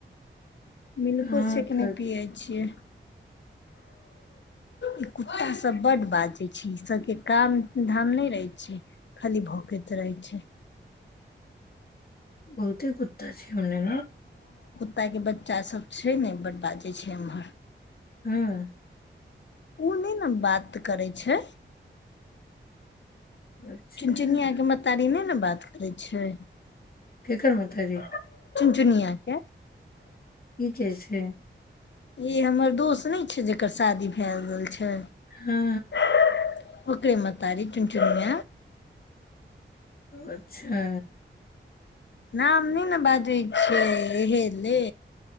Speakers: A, on the left (about 65°); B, on the left (about 50°).
A: मिलको
B: हँ
A: छै कि
B: तऽ
A: नहि पियै छियै ई कुत्ता सब ब्ड बाजै छै ई सबके काम धाम नहि रहै छै खाली भोकैत रहै छै
B: बहुते कुछ थी हो ने
A: क के बच्चा सब छै ने बड्ड बाजै छै एम्हर
B: हँ
A: ओ नहि ने बात करै छै
B: अच्छा
A: चुनचुनी आके बताारी ने बात करै छै
B: ककर मतााजी।
A: दुनिया क्य।
B: ई कैसे।
A: ई हमर दोस्त न। जकर शादी भए गेल छै।
B: हँ
A: ओकररीे म तारी चुन चुन।
B: अच्छा।
A: नाम नहि ने बाजै छियै एहे ले